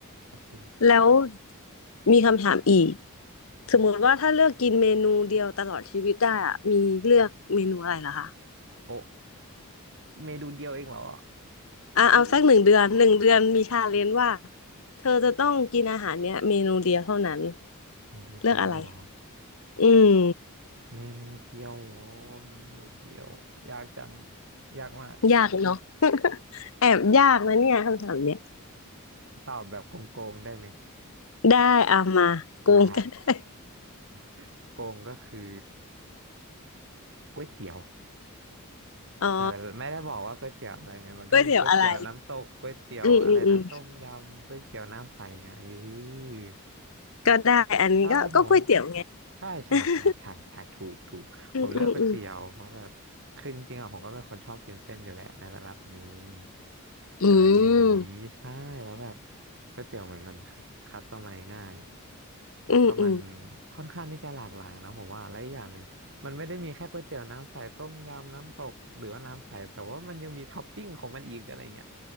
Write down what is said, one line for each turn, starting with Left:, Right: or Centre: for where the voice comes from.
Right: โอ้โห
Left: แล้วมีคำถามอีกสมมติว่าถ้าเลือกกินเมนูเดียวตลอดชีวิตได้อ่ะมีเลือกเมนูอะไรเหรอคะ
Right: โอ้ เมนูเดียวเองเหรอ
Left: อ่ะเอาสักหนึ่งเดือนหนึ่งเดือนมีชาเลนจ์ว่า
Right: เออ
Left: เธอจะต้องกินอาหารเนี้ยเมนูเดียวเท่านั้น
Right: เมนูเดียวเลยเหรอ
Left: เลือกอะไรอืม
Right: เมนูเดียวเหรอเมนูเดียวยากจังยากมาก
Left: ยากเนาะ <laughs> แอบยากนะเนี่ยคำถามเนี้ย
Right: ตอบแบบโกงๆได้ไหม
Left: ได้อ่ะมาโกงก็ได้
Right: ได้ <laughs> โกงก็คือก๋วยเตี๋ยว
Left: <laughs> อ๋อ
Right: แต่ไม่ได้บอกว่าก๋วยเตี๋ยวอะไรเงี้ยมันก็มีก๋วยเตี๋ยวน้ำตกก๋วยเตี๋ยวอะไรนะต้มยำก๋วยเตี๋ยวน้ำใสไงเอ
Left: ก๋วยเตี๋ยวอะไรอืมอืมอืม
Right: อ
Left: ก็ได้อันนี้ก็ก็ก๋วยเตี๋ยวไง
Right: ใช่ผมใช่ใช่ใช่ใช่ใช่ถูกถูกผมเลือกก๋วยเตี๋ยวเพราะแบบคือจริงๆอ่ะผมก็เป็นคนชอบกินเส้นอยู่แหละในระดับหนึง
Left: <laughs> อืมอืมอืมอืม
Right: อะไรอย่างนี้ใช่แล้วแบบก๋วยเตี๋ยวเหมือนมันคัสตอมไมง่ายแล้วก็มัน
Left: อืมอืม
Right: ค่อนข้างที่จะหลากหลายนะผมว่าและอีกอย่างหนึ่ง มันไม่ได้มีแค่ก๋วยเตี๋ยวน้ำใสต้มยำน้ำตกหรือว่าน้ำใสแต่ว่ามันยังมีท็อปปิ้งของมันอีกอะไรเงี้ย